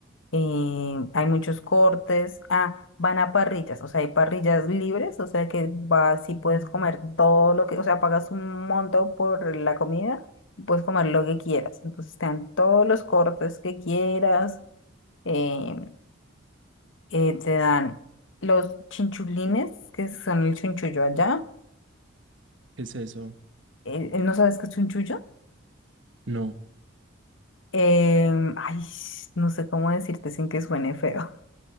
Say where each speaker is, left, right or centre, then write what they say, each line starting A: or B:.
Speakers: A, on the left; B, on the right.
A: eh, hay muchos cortes, ah, van a parrillas, o sea, hay parrillas libres, o sea que vas y puedes comer todo lo que, o sea, pagas un monto por la comida y puedes comer lo que quieras. Entonces te dan todos los cortes que quieras, em, eh, te dan los chinchulines, que son el chunchullo allá.
B: ¿Qué es eso?
A: Eh, eh, ¿no sabes qué es chunchullo?
B: No,
A: Em, ay, no sé cómo decirte sin que suene feo.